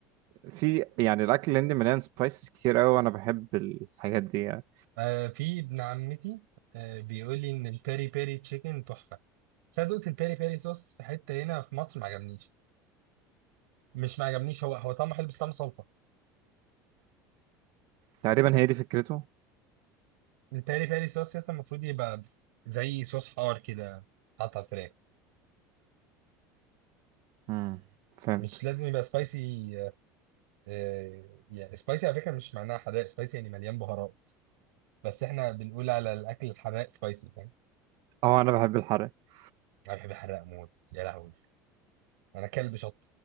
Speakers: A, on the right; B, on the right.
A: في يعني الاكل الهندي مليان سبايسز كتير قوي وانا بحب الحاجات دي يعني
B: آه في ابن عمتي آه بيقول لي ان البيري بيري تشيكن تحفه بس انا دقت البيري بيري صوص في حته هنا في مصر ما عجبنيش مش ما عجبنيش هو هو طعمه حلو بس طعمه صلصه
A: تقريبا هي دي فكرته
B: البيري بيري صوص يس المفروض يبقى زي صوص حار كده حاطط على الفراخ
A: امم فهمتك
B: مش لازم يبقى سبايسي آه آه، يعني سبايسي على فكره مش معناها حراق سبايسي يعني مليان بهارات بس احنا بنقول على الاكل الحراق سبايسي فاهم
A: اه انا بحب الحرق
B: انا بحب الحراق موت يا لهوي انا كلب شط